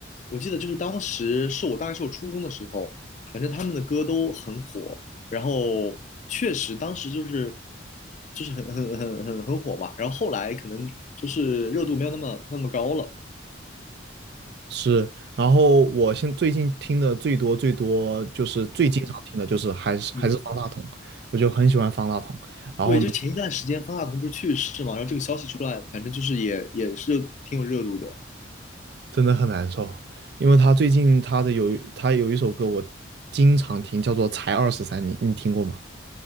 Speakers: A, on the left; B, on the right.
A: 我记得就是当时是我大概是我初中的时候，反正他们的歌都很火，然后确实当时就是就是很很很很很火嘛，然后后来可能就是热度没有那么那么高了。
B: 是，然后我现最近听的最多最多就是最经常听的就是还是还是方大同，
A: 嗯嗯。
B: 我就很喜欢方大同。然后呢，
A: 对，就前一段时间方大同不是去世嘛，然后这个消息出来，反正就是也也是挺有热度的。
B: 真的很难受，因为他最近他的有一他有一首歌我经常听，叫做《才二十三》，你你听过吗？